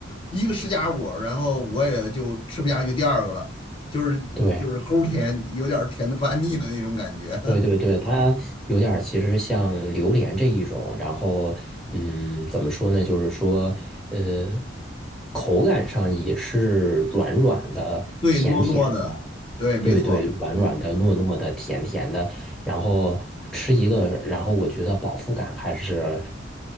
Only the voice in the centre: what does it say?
对，
对对对，
它有点儿其实像榴莲这一种，然后嗯，怎么说呢？就是说，呃，口感上也是软软的、
甜甜的，
对对，软软的、
糯糯的、甜甜的，然后吃一个，然后我觉得饱腹感还是